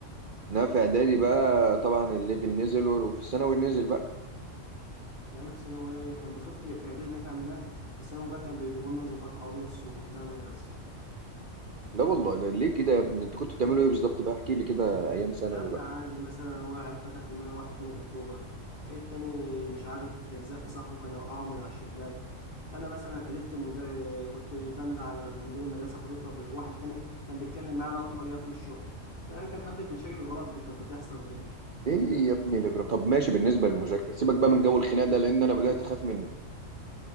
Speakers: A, on the right; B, on the left.
A: إنما في إعدادي بقى طبعا الليفل نزل وفي الثانوي نزل بقى
B: يا عم في ثانوي احنا شفت في إعدادي اللي احنا عملناه في ثانوي بقى كان بيجيبوا لنا ضباط حوالين السور بتاع المدرسة
A: لا والله ده ليه كده يا ابني أنتوا كنتوا بتعملوا إيه بالظبط بقى احكي لي كده أيام ثانوي
B: يا عم
A: بقى
B: عادي مثلا واحد فتح دماغ واحد تاني بالطوبة التاني مش عارف زق صاحبه كان وقعه من على الشباك أنا مثلا حدفت المدير كنت بند على المدير المدرسة وحدفت قبل- واحد تاني كان بيتكلم معايا لقى طوبة جاية في وشه يعني كان حبة مشاكل غلط كانت بتحصل وكده
A: إيه يا ابني الإجرام طب ماشي بالنسبة للمذاكرة سيبك بقى من جو الخناق ده لأن أنا بدأت أخاف منه